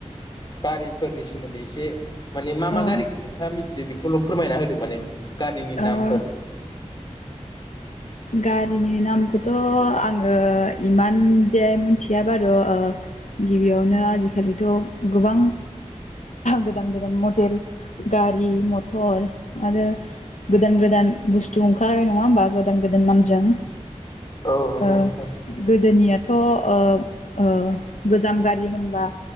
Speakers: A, on the left; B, on the left.
A: गारिफोरनि सोमोन्दै एसे माने मा मा
B: औ
A: गारिखौ नोंथाङा मिथि जे बेखौल' फोरमायना होदो माने गारिनि नामफोर।
B: औ ओ गारिनि नामखौथ' आङो इमान जे मिथिया बारु गिबियावनो आजिखालिथ' गोबां गोदान -गोदान मडेल गा गारि -मथर आरो गोदान- गोदान बुसथु ओंखारबाय नङा होनबा? गोदान -गोदान नामजों
A: औ नंगौ
B: ओ
A: नोंथां
B: गोदोनियाथ' ओं-ओं गोजाम गारि होनबा